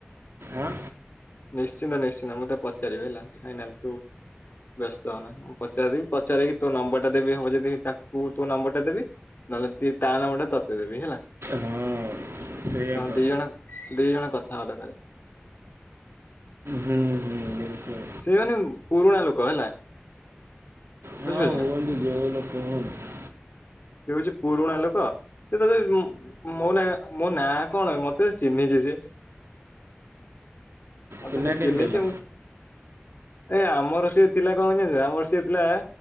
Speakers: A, on the right; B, on the left.
A: ଆଁ।
B: ନିଶ୍ଚିନ୍ତ ନିଶ୍ଚିନ୍ତ ମୁଁ ତ ପଚାରିବି ହେଲା ଫାଇନାଲ ତୁ ବ୍ୟସ୍ତ ହବ ନା ମୁଁ ପଚାରିଦବି ପଚାରିକି ତୋ ନମ୍ବର ଟା ଦେବି ହବ ଯଦି ତାକୁ ତୋ ନମ୍ବର ଟା ଦେବି ନହେଲେ ତା ନମ୍ବର ଟା ତତେ ଦେବି ହେଲା।
A: ହଁ ସେଇଆ
B: ତା
A: କର।
B: ଦି ଜଣ ଦିଇ ଜଣ କଥାବାର୍ତ୍ତା କରେ
A: ହୁଁ ହୁଁ ବିଲକୁଲ।
B: ସେ ମାନେ ପୁରୁଣା ଲୋକ ହେଲା
A: ହଁ
B: ବୁଝିପାରୁଚୁ
A: ହୁଅନ୍ତୁ
B: ନା
A: ଯୋଉ ଲୋକ ହୁଅନ୍ତୁ
B: ସେ ହଉଚି ପୁରୁଣା ଲୋକ ସେ ତ ମୋ ନା ମୋ ନାଁ କଣ ମତେ ଚିହ୍ନିଚି ସିଏ। ମତେ
A: ଚିହ୍ନା
B: ସେ ଚିହ୍ନିଚି
A: କେମିତି ହେଲା?
B: ମୁଁ ଏ ଆମର ସେ ଥିଲା କଣ ଜାନୁଚୁ ନା ଆମର ସେ ଥିଲା